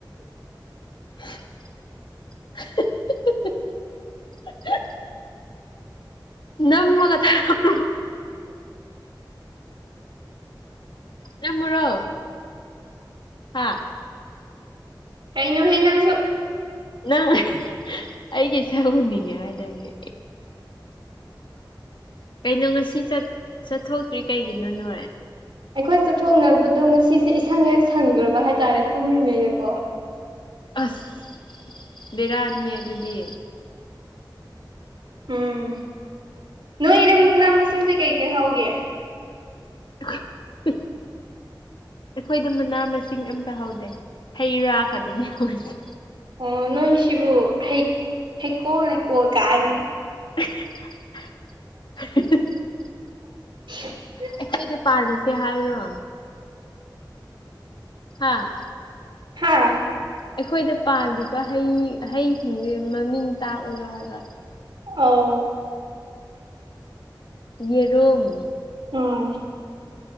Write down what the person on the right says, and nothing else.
ꯀꯩꯅꯩꯅꯣ ꯍꯦ ꯅꯪꯁꯨ
ꯑꯩꯈꯣꯏ ꯆꯠꯊꯣꯛꯅꯕꯗꯣ ꯉꯁꯤꯁꯦ ꯏꯁꯪ ꯍꯦꯛ ꯁꯪꯗ꯭ꯔꯕ ꯍꯥꯏꯇꯥꯔꯦ ꯇꯨꯝꯔꯤꯉꯩꯗꯀꯣ
ꯎꯝ ꯅꯣꯏ ꯏꯔꯝꯅꯥ ꯃꯁꯤꯡꯁꯦ ꯀꯩꯀꯩ ꯍꯧꯒꯦ
ꯑꯣ ꯅꯣꯏ ꯁꯤꯕꯨ ꯍꯩ ꯍꯩꯀꯣꯜ ꯂꯩꯀꯣꯜ ꯀꯥꯏꯅ
<inaudible>
ꯍꯥꯥ
ꯑꯧ
ꯑꯥ